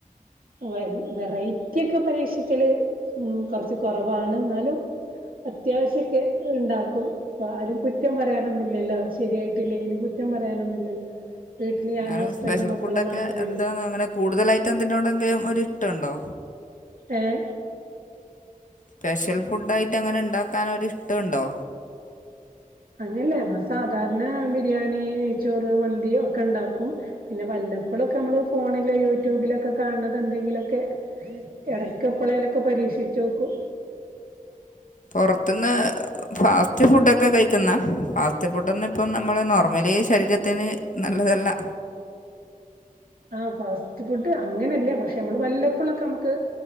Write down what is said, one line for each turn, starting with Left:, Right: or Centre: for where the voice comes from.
Right: വ വെറൈറ്റി ഒക്കെ പരീക്ഷിക്കല് കൊറച്ച് കുറവാണ് ന്നാലും അത്യാവശ്യ ഒക്കെ ഇണ്ടാക്കും ഇപ്പ ആരും കുറ്റം പറയാനൊന്നും ഇല്ലല്ലോ ശരിയായിട്ടില്ലെങ്കിലും കുറ്റം പറയാനൊന്നുല്ലല്ലോ വീട്ടില്
Left: എന്നാലും
Right: ഞാനും ഹസ്ബൻഡും
Left: സ്പെഷ്യൽ
Right: മക്കളും
Left: ഫുഡൊക്കെ
Right: മാത്രേ
Left: എന്താണ്
Right: ഉള്ളൂ
Left: അങ്ങനെ കൂടുതലായിട്ട് എന്തിനോടെങ്കിലും ഒരിഷ്ടം ഉണ്ടോ
Right: ഏഹ്
Left: സ്പെഷ്യൽ ഫുഡായിട്ട് അങ്ങനെ ഉണ്ടാക്കാനൊരിഷ്ടണ്ടോ
Right: അങ്ങനെയല്ല സാധാരണ ബിരിയാണി, നെയ്ച്ചോറ്, മന്തി ഒക്കെ ഇണ്ടാക്കും പിന്നെ വല്ലപ്പോഴൊക്കെ നമ്മള് ഫോണിലോ യൂട്യൂബിലൊക്കെ കാണണത് എന്തെങ്കിലൊക്കെ എടയ്ക്ക് എപ്പളേലൊക്കെ പരീക്ഷിച്ചു നോക്കും
Left: പുറത്തുന്ന് ഫാസ്റ്റ് ഫുഡൊക്കെ കഴിക്കുന്ന ഫാസ്റ്റ് ഫുഡ് ഒന്നുപ്പം നമ്മൾ നോർമലി ശരീര ത്തിന് നല്ലതല്ല
Right: ആ ഫാസ്റ്റ് ഫുഡ് അങ്ങനെയല്ല പക്ഷെ നമ്മള് വല്ലപ്പോഴൊക്കെ നമക്ക്